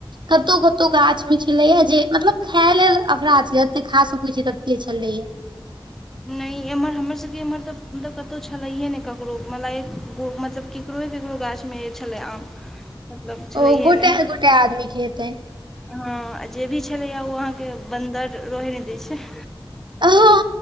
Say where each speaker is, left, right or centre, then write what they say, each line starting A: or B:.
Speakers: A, on the right; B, in the centre.
A: कतौ कतो गाछ में छले या जे मतलब खााय लेल अपफराध जते खा सकैत छै तते छले या
B: नहि एम्हर हमरसभके एम्हर तऽ मतलब कतहु छलैये नहि ककरो मलय मतलब केकरो केकरो गाछमे ई छलै आम मतलब छलैहे
A: ओ गोटे
B: ने
A: गोटे आदमीके हेतनि
B: हँ आ जे भी छलैए ओ अहाँके बन्दर रहै नहि दै छै
A: आहो